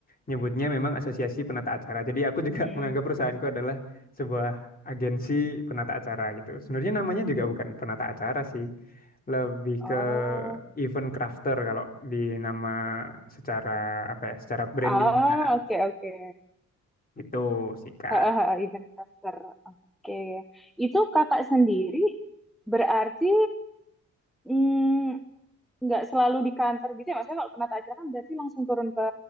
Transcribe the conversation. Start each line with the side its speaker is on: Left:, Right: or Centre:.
Left: nyebutnya memang asosiasi penata acara. Jadi aku juga
Centre: Mm-mm.
Left: <laughs> menganggap perusahaanku adalah sebuah agensi penata acara gitu. Sebenarnya namanya juga bukan penata acara sih. Lebih
Centre: Oh,
Left: ke event crafter kalau di nama secara apa ya, secara branding
Centre: ah,
Left: kita.
Centre: oke oke.
Left: Itu sih, Kak.
Centre: Hahaha, Event caster. Oke. Itu kakak sendiri berarti mm, nggak selalu di kantor gitu ya? Maksudnya kalau penata acara kan berarti langsung turun ke